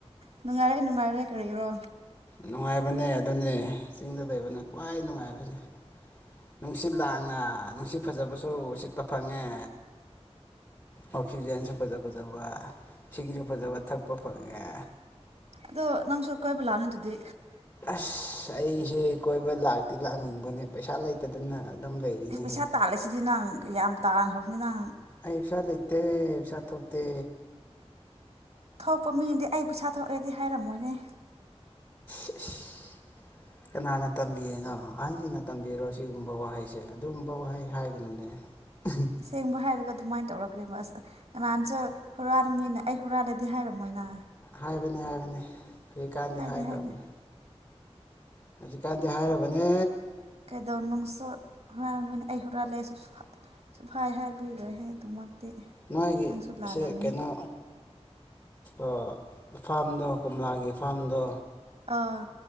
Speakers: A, on the right (about 75°); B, on the left (about 35°).
A: ꯅꯨꯡꯉꯥꯏꯔꯦ ꯅꯨꯡꯉꯥꯏꯔꯦ ꯀꯔꯤꯔꯣ
B: ꯅꯨꯡꯉꯥꯏꯕꯅꯦ ꯑꯗꯨꯅꯦ ꯆꯤꯡꯗ ꯂꯩꯕꯅ ꯈ꯭ꯋꯥꯏ ꯅꯨꯡꯉꯥꯏꯕꯅꯦ ꯅꯨꯡꯁꯤꯠ ꯂꯥꯡꯅ ꯅꯨꯡꯁꯤꯠ ꯐꯖꯕꯁꯨ ꯁꯤꯠꯄ ꯐꯪꯉꯦ ꯑꯣꯛꯁꯤꯖꯦꯟꯁꯨ ꯐꯖ ꯐꯖꯕ ꯏꯁꯤꯡꯁꯨ ꯐꯖꯕ ꯊꯛꯄ ꯐꯪꯉꯦ
A: ꯑꯗꯣ ꯅꯪꯁꯨ ꯀꯣꯏꯕ ꯂꯥꯛꯑꯝ ꯃꯤꯗꯨꯗꯤ
B: ꯑꯁ ꯑꯩꯁꯦ ꯀꯣꯏꯕ ꯂꯥꯛꯇꯤ ꯂꯥꯛꯅꯤꯡꯕꯅꯦ ꯄꯩꯁꯥ ꯂꯩꯇꯗꯅ ꯑꯗꯨꯝ ꯂꯩꯔꯤꯅꯦꯍꯦ
A: ꯑꯦ ꯄꯩꯁꯥ ꯇꯥꯜꯂꯁꯤꯗꯤ ꯅꯪ ꯌꯥꯝ ꯇꯥꯟꯈ꯭ꯔꯕꯅꯤ ꯅ
B: ꯑꯩ ꯄꯁꯥ ꯂꯩꯇꯦ ꯄꯩꯁꯥ ꯊꯣꯛꯇꯦ
A: ꯊꯣꯛꯄ ꯃꯤꯗꯤ ꯑꯩ ꯄꯩꯁꯥ ꯊꯣꯛꯑꯦꯗꯤ ꯍꯥꯏꯔꯝꯃꯣꯏꯅꯦ
B: <inaudible> ꯀꯅꯥꯅ ꯇꯝꯕꯤꯌꯤꯅꯣ ꯑꯍꯟꯖꯤꯡꯅ ꯇꯝꯕꯤꯔꯣ ꯁꯤꯒꯨꯝꯕ ꯋꯥꯍꯩꯁꯦ ꯑꯗꯨꯒꯨꯝꯕ ꯋꯥꯍꯩ ꯍꯥꯏꯒꯅꯨꯅꯦ <inaudible>
A: ꯑꯁꯦꯡꯕ ꯍꯥꯏꯔꯒ ꯑꯗꯨꯃꯥꯏꯅ ꯇꯧꯔꯛꯅꯦꯕ ꯑꯁ ꯀꯅꯥꯅꯁꯨ ꯍꯨꯔꯥꯜꯕ ꯃꯤꯅ ꯑꯩ ꯍꯨꯔꯥꯜꯂꯦꯗꯤ ꯍꯥꯏꯔꯝꯃꯣꯏꯅ
B: ꯍꯥꯏꯕꯅꯦ ꯍꯥꯏꯕꯅꯦ ꯊꯨꯏꯀꯥꯟꯗꯤ
A: ꯍꯥꯏꯗꯦ
B: ꯍꯥꯏꯈ꯭ꯔꯕꯅꯦ
A: ꯍꯥꯏꯗꯦ
B: ꯍꯧꯖꯤꯛꯀꯥꯟꯗꯤ ꯍꯥꯏꯔꯕꯅꯦ
A: ꯀꯩꯗꯧ ꯅꯨꯡꯁꯨ ꯉꯥꯡꯃꯅꯤ ꯑꯩ ꯍꯨꯔꯥꯟ ꯂꯦꯁꯨ <unintelligible> ꯍꯥꯏꯕꯤꯒ꯭ꯔꯦꯍꯦ ꯑꯗꯨꯃꯛꯇꯤ
B: ꯃꯣꯏꯒꯤꯁꯦ
A: ꯅꯪꯁꯨ ꯂꯥꯜꯂꯝꯅꯤ
B: ꯀꯩꯅꯣ ꯑ ꯐꯥꯔꯝꯗꯣ ꯀꯣꯝꯂꯥꯒꯤ ꯐꯥꯔꯝꯗꯣ
A: ꯑꯥ